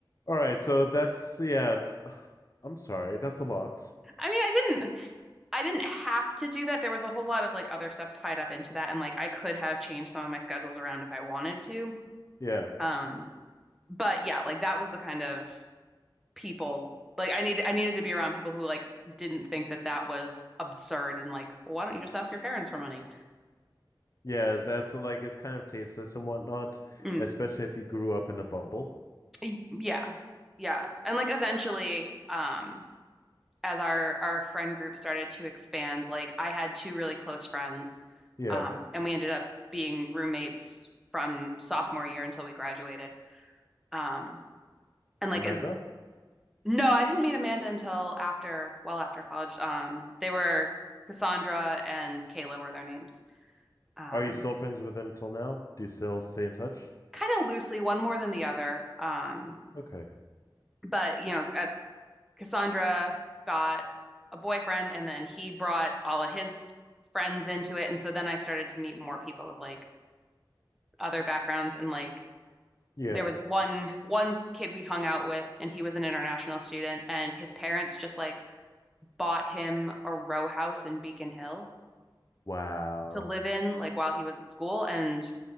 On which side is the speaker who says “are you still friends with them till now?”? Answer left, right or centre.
Left